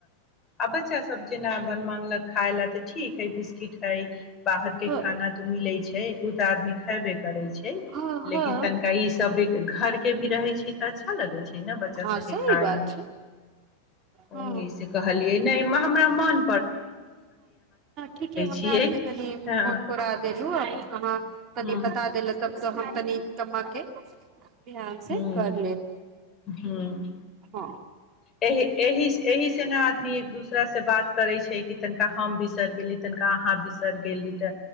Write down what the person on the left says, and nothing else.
आ बच्चा सब जेना अपन मागलक खाय ला तऽ ठीक है बिस्किट हय बाहर के
खाना तो मिले छै छै उ तऽ आदमी खेबे करे छै
लेकिन
तनिका ई सब भ घरके के भी रहै छी तऽ अच्छा लगे छै ने बच्चा
सबके
खााय
मे
ओ
से कहलियै ने मह हम्र्मण
छियै
हँ
हँ
ह
ह
एहि एहिह से ने आदमी एक दूसरा से बात करै छै कि तनिका हम बिसरि गेली ता अहाँ बिसर गेली तऽ